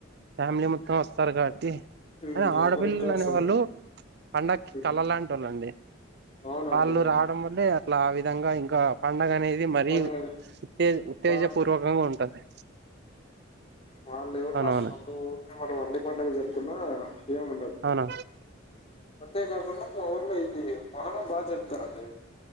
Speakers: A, on the right; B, on the left.
A: ఫ్యామిలీ మొత్తం వస్తారు కాబట్టి
B: హ్మ్.
A: ఆడపిల్లలు
B: అప్పుడు ఇంకా
A: అనే
B: సందడి.
A: వాళ్ళు పండక్కి
B: హ్మ్.
A: కళ్ళ లాంటి వాళ్ళోండి
B: అవునండి.
A: వాళ్ళు రావడం వల్లే అట్లా ఆ విధంగా ఇంకా పండగనేద్ ఇది మరీ
B: పండగలు
A: ఉత్తే ఉత్తేజ
B: బా
A: పూర్వకంగా ఉంటది
B: వాళ్ళు ఎవరు
A: అవునవును
B: రాకున్నప్పుడు ఉరికనే మనం ఎన్ని పండుగ జరుగకున్నా ఏం ఉండదు
A: అవును
B: అంతేగాకుండా మా ఊర్లో ఇది మొహర్రం బాగా జరుపుతారండి